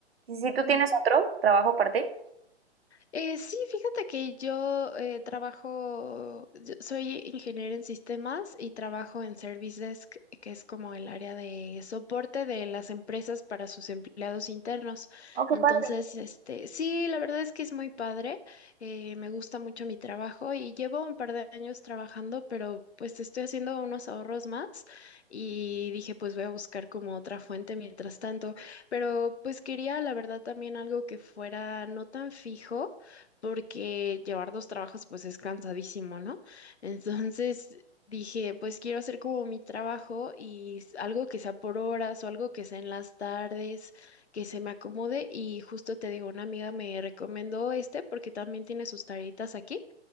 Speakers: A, on the right; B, on the left.
A: sí, sí, tú tienes
B: Mm.
A: otro trabajo aparte.
B: Eh, sí, fíjate que yo eh, trabajo, yo soy ingeniero en sistemas y trabajo en Service Desk, que es como el área de soporte de las empresas para sus empleados internos.
A: Oh, qué
B: Entonces,
A: padre.
B: este, sí, la verdad es que es muy padre, eh, me gusta mucho mi trabajo y llevo un par de años trabajando, pero pues estoy haciendo unos ahorros más y dije, pues voy a buscar como otra fuente mientras tanto, pero pues quería, la verdad, también algo que fuera no tan fijo porque llevar dos trabajos pues es cansadísimo, ¿no? Entonces dije, pues quiero hacer como mi trabajo y s- algo que sea por horas o algo que sea en las tardes, que se me acomode y justo te digo, una amiga me recomendó este porque también tiene sus tareitas aquí